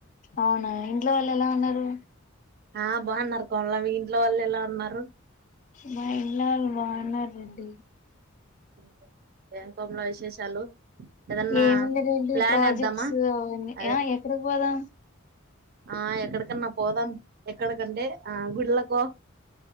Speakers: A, on the left; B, on the right.
A: అవునా ఇంట్లో వాళ్ళు ఎలా ఉన్నారు
B: ఆ బాగున్నారు కోమల మీ ఇంట్లో వాళ్ళు ఎలా ఉన్నారు
A: మా ఇంట్లో వాళ్ళు బాగున్నారు రెడ్డి
B: ఉ ఏం కోమల విశేషాలు ఏదన్నా
A: ఏముంది రండి
B: ప్లాన్
A: ప్రాజెక్ట్స్
B: ఏద్దామా
A: అవన్నీ
B: అదే
A: ఆ ఎక్కడికి పోదాం
B: ఆ ఎక్కడికన్నా పోదాం ఎక్కడకంటే ఆ గుళ్ళకో